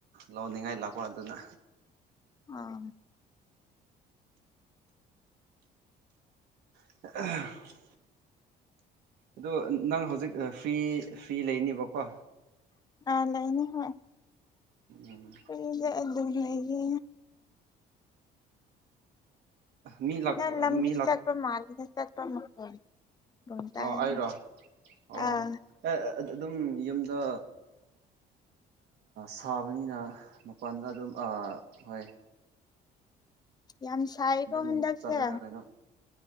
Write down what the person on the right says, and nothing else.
ꯂꯥꯎꯅꯤꯡꯉꯥꯏ ꯂꯥꯛꯄ ꯑꯗꯨꯅ
<inaudible> ꯑꯗꯣ ꯅꯪ ꯍꯧꯖꯤꯛ ꯐ꯭ꯔꯤ ꯐ꯭ꯔꯤ ꯂꯩꯅꯤꯕꯀꯣ
ꯎꯝ
ꯃꯤ ꯂꯥꯛ
ꯃꯤ ꯂꯥꯛꯄ
ꯑꯣ ꯑꯩꯔꯣ ꯑꯣ
ꯑꯦ ꯑꯗꯨꯝ ꯌꯨꯝꯗ ꯁꯥꯕꯅꯤꯅ ꯃꯄꯥꯟꯗ ꯑꯗꯨꯝ ꯍꯣꯏ
ꯑꯗꯨꯝ
ꯆꯠꯂꯒ ꯀꯩꯅꯣ